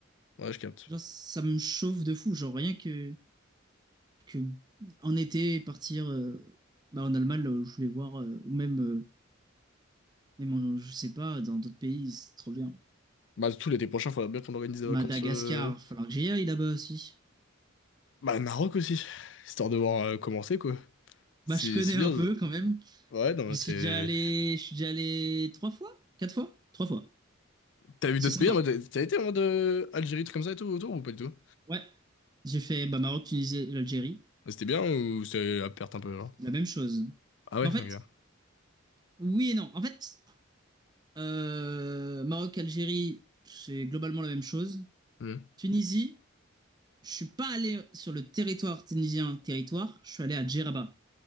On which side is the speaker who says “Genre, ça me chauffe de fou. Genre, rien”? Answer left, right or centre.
Right